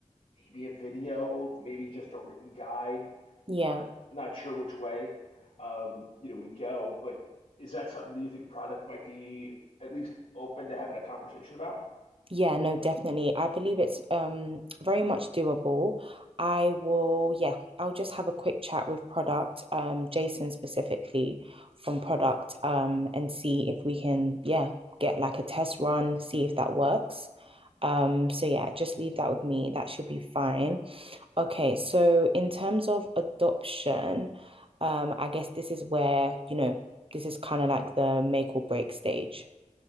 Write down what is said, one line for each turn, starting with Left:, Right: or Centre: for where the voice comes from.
Left: maybe a video, maybe just a written guide.
Right: yeah.
Left: Not not sure which way, um, you know, we go. But is that something that you think product might be at least open to having a conversation about?
Right: Yeah, no, definitely. I believe it's um very much doable. I will, yeah, I'll just have a quick chat with product, um, Jason specifically from product, um, and see if we can, yeah, get like a test run, see if that works. Um, so yeah, just leave that with me. That should be fine. Okay, so in terms of adoption, um, I guess this is where, you know, this is kind of like the make or break stage.